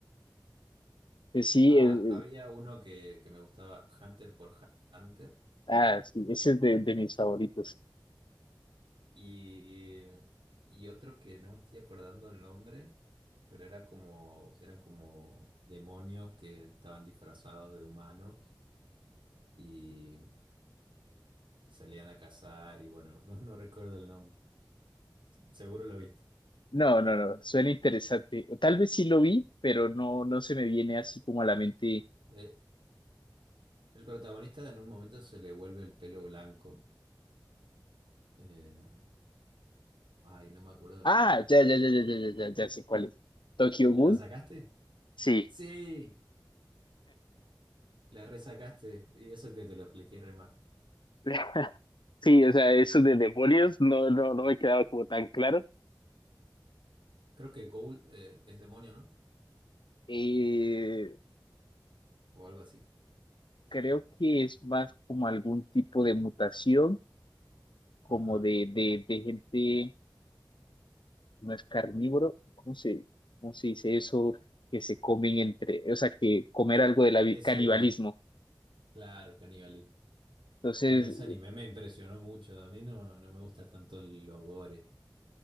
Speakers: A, on the left; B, on the right.
A: pues sí,
B: Ah,
A: eh, eh,
B: había uno que, que me gustaba, Hunter por Hunter,
A: ah, sí, ese es de, de mis favoritos.
B: y, y otro que no me estoy acordando el nombre, pero era como, eran como demonios que estaban disfrazados de humanos y, y salían a cazar, y bueno, <laughs> no no recuerdo el nombre. Seguro lo viste.
A: No, no, no, suena interesante. Tal vez sí lo vi, pero no, no se me viene así como a la mente.
B: Eh, el protagonista en un momento se le vuelve el pelo blanco. Eh, ay, no me acuerdo el
A: Ah,
B: nombre.
A: ya, ya, ya, ya, ya, ya, ya, ya sé cuál es. Tokyo Ghoul,
B: ¿La sacaste?
A: sí.
B: Sí, la resacaste. Y eso que te lo expliqué re mal.
A: <laughs> Sí, o sea, eso de demonios no, no, no me quedaba como tan claro.
B: Creo que Gold eh, es demonio, ¿no?
A: Eh,
B: O algo así.
A: creo que es más como algún tipo de mutación, como
B: Ajá.
A: de, de, de gente, no es carnívoro, ¿cómo se, cómo se dice eso? Que se comen entre, o sea, que
B: Eh,
A: comer
B: eh,
A: algo de la vi-
B: ese,
A: canibalismo.
B: claro, Cannibalí.
A: Entonces,
B: Bueno, ese anime me impresionó mucho. A mí no, no me gusta tanto el gore,